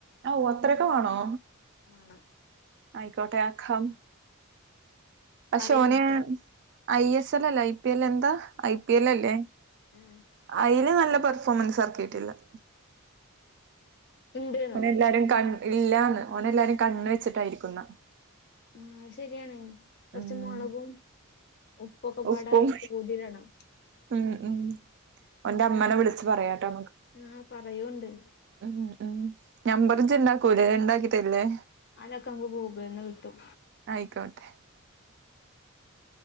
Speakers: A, on the right; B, on the left.
A: ഔ അത്രൊക്കെ വേണോ?
B: വാണം.
A: ആയ്ക്കോട്ടെ അക്കാം- പക്ഷെ
B: പറയോണ്ട്ട്ടോ
A: ഓന് ഐ എസ് എല്ല അല്ല ഐ പി എൽ എന്താ? ഐ പി എല്ല ല്ലേ
B: ആഹ്
A: അയ്ൽ നല്ല പെർഫോമൻസ് എറക്കിട്ടില്ല-
B: ഇണ്ട്ന്നോ
A: ഓന എല്ലാരും കണ് ഇല്ലാന്ന് ഓന ല്ലാരും കണ് വെച്ചിട്ടായിരിക്കുന്ന
B: ആഹ് അത് ശരിയാണ് കൊറച്ച്
A: ഉം
B: മൊളകും ഉപ്പൊക്കെ പാട
A: ഉപ്പും
B: കൂട്ടിടണം.
A: ഉം ഉം ഓൻ്റെമ്മനെ വിളിച്ച് പറയാട്ടോ.
B: ആഹ് പറയൂണ്ട്
A: ഉം ഉം ഞമ്പറിജിണ്ടാക്കൂലേ ഉണ്ടാക്കി തരില്ലേ?
B: അതൊക്ക ങ്ങ് ഗൂഗ്ൾന്ന് കിട്ടും.
A: അയിക്കോട്ടെ